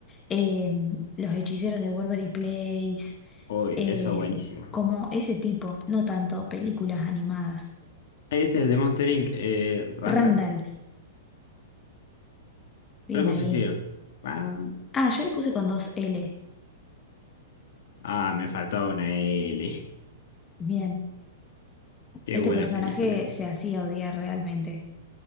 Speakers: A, on the left; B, on the left.
A: em, los hechiceros de Waverly Place,
B: Uy,
A: em,
B: eso buenísimo.
A: como ese tipo, no tanto películas animadas.
B: ahí Este es el de Monster Inc. eh, Randall.
A: Randall, bien
B: ¿Pero cómo
A: ahí.
B: se escribe? Ah,
A: Ah, yo lo puse con dos L.
B: Ah, me faltaba una L. <laughs>
A: Bien.
B: Qué
A: Este
B: buena
A: personaje
B: película.
A: se hacía odiar realmente.